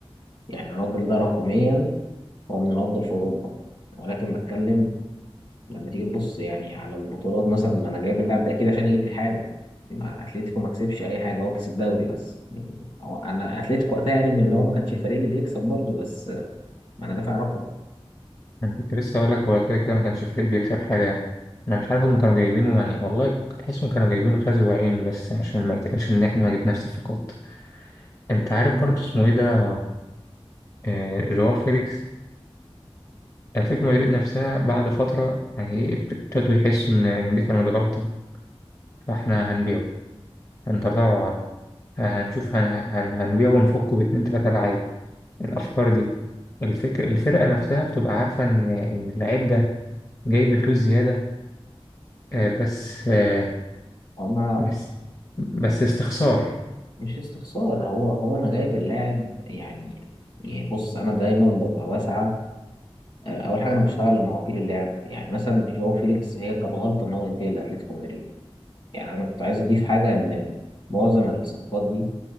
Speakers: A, on the left; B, on the left.
A: يعني الراجل ده رقميا هو من الافضل في اوروبا ولكن بتكلم لما تيجي تبص يعني على البطولات مثلا ما انا جايب اللاعب ده اكيد عشان يجيب لي حاجه ما اتلتيكو ما كسبش اي حاجه هو كسب دوري بس يعني هو انا اتلتيكو وقتها يعني من اللي هو ما كانش الفريق اللي بيكسب برضه بس ما انا دافع رقم
B: انا كنت لسه هقول لك هو كده كده ما كانش فريق بيكسب حاجه يعني انا مش عارف هم كانوا جايبينه يعني والله كنت تحسهم كانوا جايبينه خازي وعين بس عشان ما يتقالش ان احنا ما جبناش صفقات انت عارف برضو اسمه ايه ده آه جواو فيليكس اتلتيكو مدريد نفسها بعد فتره يعني إيه ابتدوا يحسوا ان ان دي كانت غلطه فاحنا هنبيعه هنطلعه عرض هنشوف هن... هن... هنبيعه ونفكه باتنين تلاته لعيبه الافكار دي الفكر الفرقه نفسها بتبقى عارفه ان ان اللعيب ده جايب فلوس زياده آه، بس آه،
A: هو ما
B: بس بس استخسار
A: مش استخسار هو هو انا جايب اللاعب يعني يعني بص انا دايما ببقى بسعى آه، اول حاجه انا بشتغل مع وكيل اللاعب يعني مثلا جواو فيليكس هي كانت غلطه ان هو ينتقل لاتلتيكو مدريد يعني انا كنت عايز اضيف حاجه ان معظم الصفقات دي